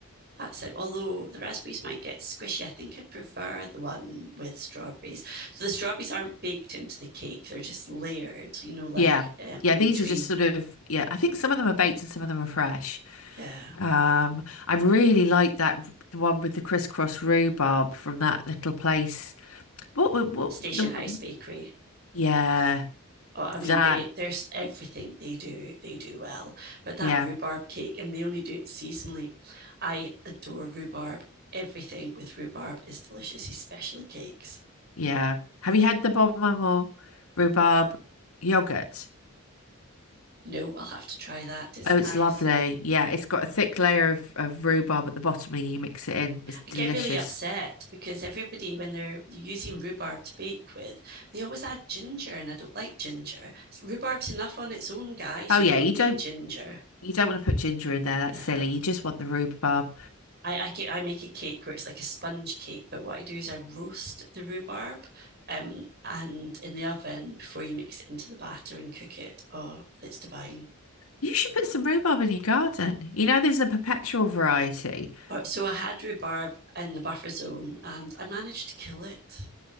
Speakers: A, on the right; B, on the left.
A: That's it. Although the raspberries might get squishy, I think I prefer the one with strawberries. So the strawberries aren't baked into the cake; they're just layered. You know, like
B: Yeah.
A: um,
B: Yeah,
A: in
B: these
A: between.
B: are just sort of yeah, I think some of them are baked and some of them are fresh.
A: Yeah,
B: Um, I really like that the one with the crisscross rhubarb from that little place. What wa- what
A: Station
B: the
A: House Bakery.
B: yeah,
A: Oh, I mean,
B: that
A: they there's everything they do. They do well. But that
B: yeah,
A: rhubarb cake, and they only do it seasonally. I adore rhubarb. Everything with rhubarb is delicious, especially cakes.
B: yeah. Have you had the Bon Maman rhubarb yogurt?
A: No, I'll have to try that. Is
B: Oh,
A: it
B: it's
A: nice?
B: lovely. Yeah, it's got a thick layer of, of rhubarb at the bottom and you mix it in. It's delicious.
A: I get really upset because everybody, when they're, using rhubarb to bake with, they always add ginger, and I don't like ginger. Rhubarb's enough on its own, guys.
B: Oh
A: You
B: yeah,
A: don't
B: you
A: need
B: don't
A: ginger.
B: you don't want to put ginger in there. That's
A: No.
B: silly. You just want the rhubarb.
A: I, I, ca- I make a cake where it's like a sponge cake, but what I do is I roast the rhubarb um, and in the oven before you mix it into the batter and cook it. Oh, it's divine.
B: You should put some rhubarb in your garden. You know, there's a perpetual variety.
A: Oh, So I had rhubarb in the buffer zone and I managed to kill it.